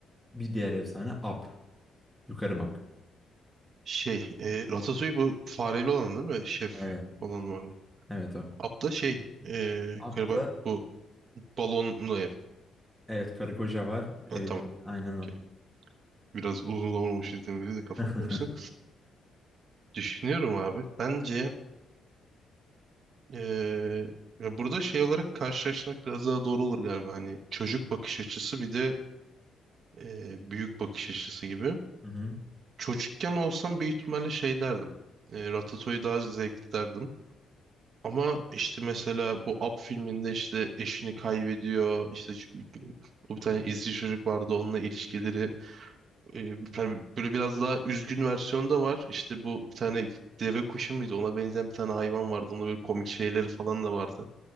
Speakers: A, in the centre; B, on the right.
A: bir diğer efsane Up. Yukarı bak.
B: Şey, e, Ratatouille bu fareli olan değil mi? Şef
A: Evet.
B: olan var.
A: Evet o.
B: Apta şey eee
A: Up
B: Karabak
A: da
B: bu balonlu ev.
A: evet karı koca var. Evlerin
B: Ha, tamam.
A: aynen
B: Okey.
A: o.
B: Biraz uzun zaman olmuş izlediğim beri de kafam
A: <laughs>
B: karıştı. Düşünüyorum abi. Bence eee, ya burada şey olarak karşılaştırmak biraz daha doğru olur galiba. Hani çocuk bakış açısı bir de eee, büyük bakış açısı gibi.
A: Hı hı.
B: Çocukken olsam büyük ihtimalle şey derdim. Eee Ratatouille daha zevkli derdim. Ama işte mesela bu Up filminde işte eşini kaybediyor. İşte şu- o bir tane izci çocuk vardı onunla ilişkileri E, hani böyle biraz daha üzgün versiyonu da var. İşte bu bir tane deve kuşu muydu? Ona benzeyen bir tane hayvan vardı. Onda böyle komik şeyleri falan da vardı.